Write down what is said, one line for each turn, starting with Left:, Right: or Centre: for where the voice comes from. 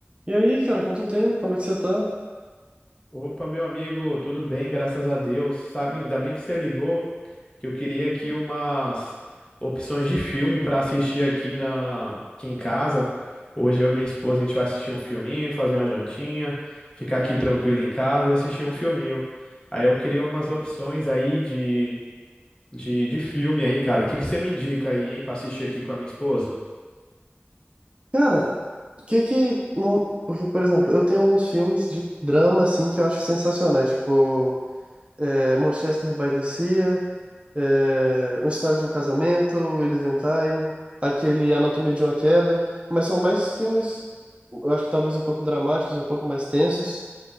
Right: E aí, cara, quanto tempo? Como é que você tá?
Left: Opa, meu amigo, tudo bem, graças a Deus. Sabe, ainda bem que você ligou, que eu queria aqui umas opções de filme para assistir aqui na aqui em casa. Hoje eu e minha esposa a gente vai assistir um filminho, fazer uma jantinha, ficar aqui tranquilo em casa e assistir um filminho. Aí eu queria umas opções aí de de, de filme aí, cara. O que que você me indica aí, hein, para assistir aqui com a minha esposa?
Right: Cara, o que que. Não... Porque, por exemplo, eu tenho alguns filmes de drama, assim, que eu acho sensacionais. Tipo. é, Manchester by the Sea, é, Uma História de um Casamento, We Live in Time, aquele Anatomia de uma Queda, mas são mais filmes, eu acho que talvez um pouco dramáticos, um pouco mais tensos.